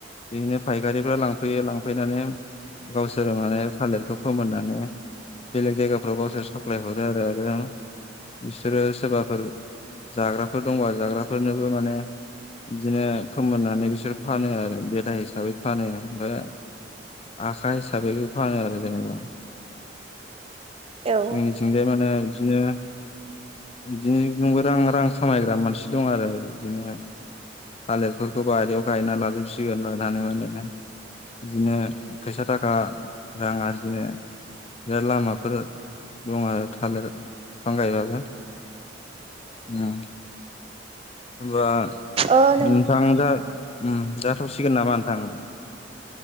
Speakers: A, on the left; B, on the right.
A: बिदिनो फायखारिफ्रा लांफैयो लांफैनानै गावसोरो माने थालिरखौ फोमोननानै बेलेग जायगाफ्राव गावसोर साप्लाय हरो आरो। आरो बिसोरो सोरबाफोर जाग्राफोर दंबा जाग्राफोरनोबो माने बिदिनो फोमोननानै बिसोर फानो आरो बेदा हिसाबै फानो आरो। ओमफाय आखा हिसाबैबो फानो आरो जेनेबा।
B: औ
A: जोंनिथिंजाय माने बिदिनो बिदिनो जोंबो रां रां खामायग्रा मानसि दं आरो बिदिनो । थालिरफोरखौ बाहयाव गायना लाजोबसिगोन लानानै माने बिदिनो फैसा थाखा रां आरजिनो बे लामाफोर दं आरो थालिर बिफां गायबाबो । उ होनबा
B: औ नों
A: नोंथां जा जाथ'सिगोन नामा नोंथां ।